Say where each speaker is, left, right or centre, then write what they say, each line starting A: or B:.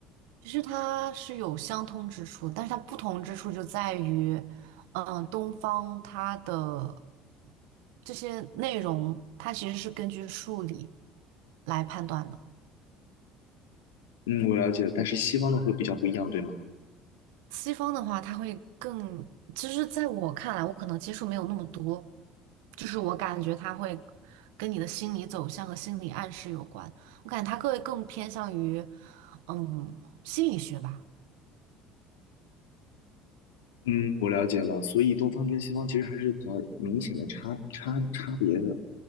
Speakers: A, on the right (about 75°); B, on the left (about 80°).
A: 其实它是有相通之处，但是它不同之处就在于，嗯，东方它的这些内容，它其实是根据数理来判断的。
B: 嗯，我了解了，但是西方的会比较不一样，对吗？
A: 西方的话，它会更，其实在我看来，我可能接触没有那么多，就是我感觉它会跟你的心理走向和心理暗示有关。我感觉它更更偏向于，嗯，心理学吧。
B: 嗯，我了解了。所以东方跟西方其实还是比较明显的差差差别的，